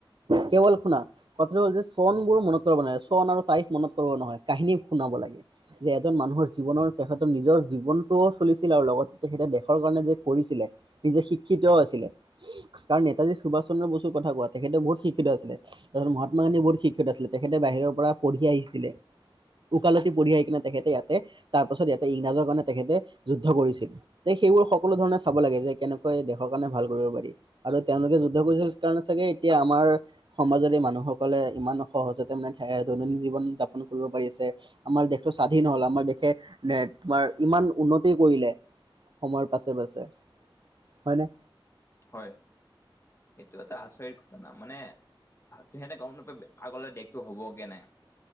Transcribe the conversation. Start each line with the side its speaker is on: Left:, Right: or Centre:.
Right: কেৱল শুনা কথা হল যে চন বোৰ মনত পেলাব নালাগে চন আৰু তাৰিখ। মনত ৰব নহয় কাহিনী শুনাব লাগে যে এজন মানুহৰ জীৱনৰ তেখেতৰ নিজৰ জীৱনটোও চলিছিল। লগত তেখেতে দেশৰ কাৰণে যে কৰিছিলে নিজে শিক্ষিতও আছিলে তাৰ নেতাজী সুভাষ। চন্দ্ৰ বসুৰ কথা কোৱা তেখেতে বহুত শিক্ষিত আছিলে মহাত্মা গান্ধী বহুত শিক্ষিত আছিলে তেখেতে বাহিৰৰ পৰা পঢ়ি আহিছিল। ছিলে। উকালতি পঢ়ি আহি কিনে তেখেতে ইয়াতে তাৰ পাছত ইয়াতে ইংৰাজৰ কাৰণে তেখেতে যুদ্ধ কৰিছিল দেই। সেইবোৰ সকলো ধৰণে চাব লাগে যে কেনেকৈ দেশৰ কাৰণে ভাল কৰিব পাৰি আৰু তেওঁলোকে যুদ্ধ কৰিছিল কাৰণে চাগে এতিয়া আমাৰ সমাজৰে মানুহসকলে ইমান সহজতে মানে থাকে দৈনন্দিন জীৱন। উদযাপন কৰিব পাৰিছে আমাৰ দেশটো স্বাধীন হল আমাৰ দেশে তোমাৰ ইমান উন্নতি কৰিলে। সময়ৰ পাছে পাছে হয়নে।
Left: হয় সেইটো এটা আচৰিত ঘটনা মানে্ তেহেঁতে গম নাপাই আগলে দেকটো হবগে নাই।